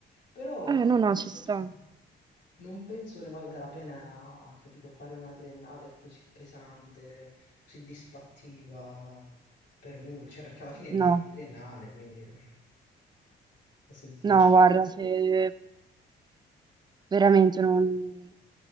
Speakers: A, on the left; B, on the right.
A: Però, capito,
B: no, no,
A: nel
B: ci
A: senso...
B: sta.
A: Non penso ne valga la pena, capito, fare una triennale così pesante, così disfattiva per nulla, cioè perché alla fine rimane
B: No,
A: una triennale, quindi eh, nel senso ti
B: no,
A: lascio
B: guarda,
A: ben poco.
B: se veramente non,